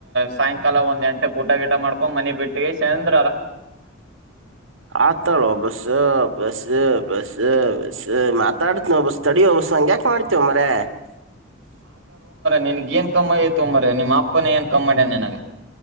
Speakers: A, on the right (about 60°); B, on the right (about 80°).
A: ಸಾಯಂಕಾಲ ಒಂದ್ ಎಂಟ್ ಊಟ ಗಿಟ ಮಾಡ್ಕೊಂಡ್ ಮನೆಿ ಬಿಟ್ಟಿಗೆಸಿಂದ್
B: ಆತಳೋ ಬಸ ಬಸ ಬಸ ಬ ಸ್ಸ್ ಮಾತಾಡ್ನೋ ಬಸ್ ತಡೀಯೋ ಬಸ ಹಂಗ್ ಯಾಕ್ ಮಾಡ್ತೀಯೋ ಮಾರಾಯ
A: ನಿನ್ಗ್ ಏನ್ ಕಮ್ಮ್ ಆಯತೊ ಮಾರಾಯ ನಿಮ್ಮ ಅಪ್ಪನ ಏನ್ ಕಮ್ಮ ಮಾಡ್ಯನ ನಿನ್ನಗ